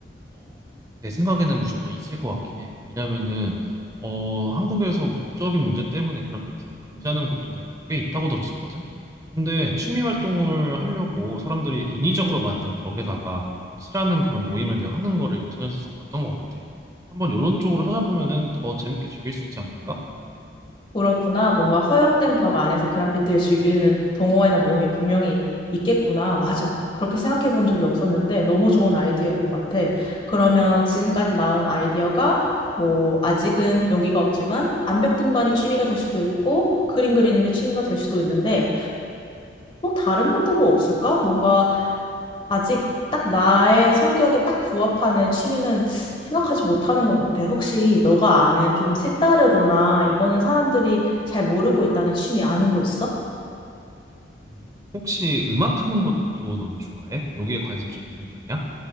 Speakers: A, on the right; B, on the left.
A: 어, 내 생각에는 무조건 있을 것 같긴 해. 왜냐면은 어, 한국에서 법적인 문제 때문에 그래피티를 금지하는 곳도 내가 꽤 있다고 들었었거든. 근데 취미 활동을 하려고 사람들이 인위적으로 만든 벽에다가 어, 칠하는 그런 모임을 내가 하는 거를 인터넷에서 봤던 것 같아. 한번 이런 쪽으로 찾아보면은 더 재밌게 즐길 수 있지 않을까?
B: 그렇구나. 뭔가 허용된 벽 안에서 그래피티를 즐기는 동호회나 모임이 분명히 있겠구나. 맞아. 그렇게 생각해 본 적이 없었는데 너무 좋은 아이디어인 것 같아. 그러면 지금까지 나온 아이디어가 뭐 아직은 용기가 없지만 암벽 등반이 취미가 될 수도 있고 그림 그리는 게 취미가 될 수도 있는데 또 다른 것도 뭐 없을까? 뭔가 아직 딱 나의 성격에 딱 부합하는 취미는 생각하지 못하는 것 같아. 혹시 너가 아는 조금 색다르거나 이거는 사람들이 잘 모르고 있다는 취미 아는 거 있어?
A: 음. 혹시 음악 하는 것도 넌 좋아해? 여기에 관심 좀 있는 편이야?